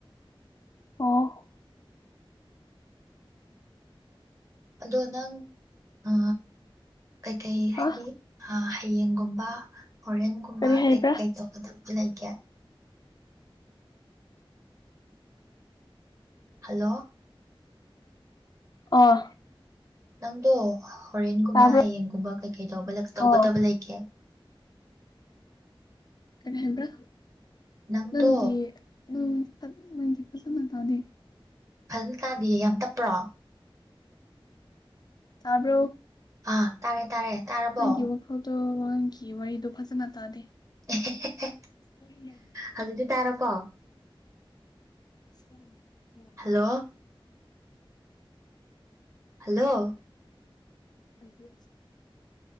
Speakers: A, on the left; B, on the right.
A: ꯑꯣ
B: ꯑꯗꯣ ꯅꯪ ꯑ ꯀꯩꯀꯩ
A: ꯍꯥ
B: ꯍꯥꯏꯗꯤ ꯍꯌꯦꯡꯒꯨꯝꯕ ꯑꯣꯣꯔꯦꯟꯒꯨꯝꯕ
A: ꯀꯔꯤ ꯍꯥꯏꯕ꯭ꯔꯥ
B: ꯀꯩ ꯀꯩ ꯗꯄ ꯂ ꯂꯩ ꯀꯌꯥ ꯍꯜꯂꯣ
A: ꯑꯣ
B: ꯅꯪꯗꯣ ꯍꯣꯔꯦꯟꯒꯨꯝꯕ
A: ꯇꯥꯕ꯭ꯔꯣ
B: ꯍꯌꯦꯡꯒꯨꯝꯕ ꯀꯩꯀꯩꯗ <inaudible> <inaudible> ꯇꯧꯒꯗꯕ
A: ꯑꯣ
B: ꯂꯩꯒꯦ
A: ꯀꯔꯤ ꯍꯥꯏꯕ꯭ꯔꯥ
B: ꯅꯪꯗꯣ
A: ꯅꯪꯒꯤ ꯝ ꯅꯪꯒꯤ ꯐꯖꯅ ꯇꯥꯗꯦ
B: ꯐꯖꯅ ꯇꯥꯟꯗꯤꯌꯦ ꯌꯥꯝ ꯇꯞꯄ꯭ꯔꯣ
A: ꯇꯥꯔꯕ
B: ꯑꯥ ꯇꯥꯔꯦ ꯇꯥꯔꯦ ꯇꯥꯔꯕꯣ
A: ꯅꯪꯒꯤ ꯋꯥꯈꯜꯗꯣ ꯋꯥꯒꯤ ꯋꯥꯔꯤꯗꯣ ꯐꯖꯅ ꯇꯥꯗꯦ
B: ꯑꯍꯦꯍꯦ
A: ꯎꯝꯝ
B: ꯍꯗꯨꯤꯗꯤꯤ ꯇꯥꯔ ꯀꯣ
A: ꯎꯝ
B: ꯍꯜꯂꯣ ꯍꯜꯂꯣ
A: ꯑꯗꯨ